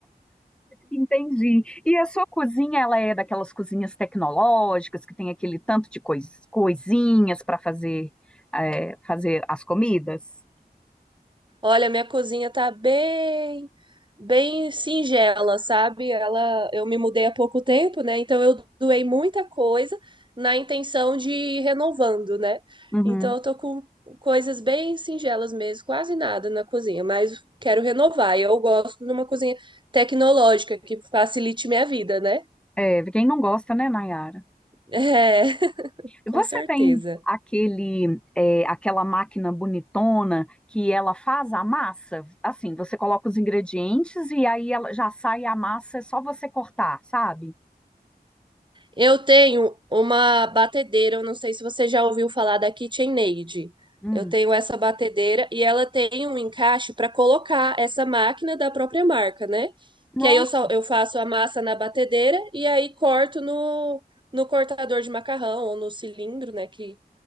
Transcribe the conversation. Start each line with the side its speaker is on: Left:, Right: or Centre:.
Centre: Entendi. E a sua cozinha, ela é daquelas cozinhas tecnológicas que tem aquele tanto de cois- coisinhas para fazer é, fazer as comidas?
Right: Olha, minha cozinha tá bem, bem singela, sabe? Ela, eu me mudei há pouco tempo, né? Então eu doei muita coisa na intenção de ir renovando, né?
Centre: Uhum.
Right: Então eu tô com coisas bem singelas mesmo, quase nada na cozinha, mas quero renovar. E eu gosto de uma cozinha tecnológica que facilite minha vida, né?
Centre: É, quem não gosta, né, Nayara?
Right: <laughs> É, com
Centre: Você
Right: certeza.
Centre: tem aquele é, aquela máquina bonitona que ela faz a massa? Assim, você coloca os ingredientes e aí ela já sai a massa, é só você cortar, sabe?
Right: Eu tenho uma batedeira, eu não sei se você já ouviu falar da KitchenAid.
Centre: Hum.
Right: Eu tenho essa batedeira e ela tem um encaixe para colocar essa máquina da própria marca, né?
Centre: Nossa.
Right: Que aí eu só eu faço a massa na batedeira e aí corto no, no cortador de macarrão ou no cilindro, né? Que